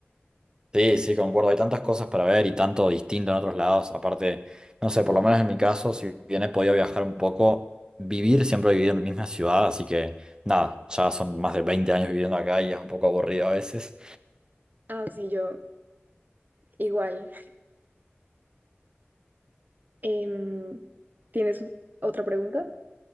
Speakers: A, on the right (about 20°); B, on the right (about 45°).
A: Sí, sí, concuerdo. Hay tantas cosas para ver y tanto distinto en otros lados. Aparte, no sé, por lo menos en mi caso, si bien he podido viajar un poco, vivir siempre he vivido en mi misma ciudad, así que nada, ya son más de 20 años viviendo acá y es un poco aburrido a veces.
B: Ah, sí, yo igual. Em, ¿tienes otra pregunta?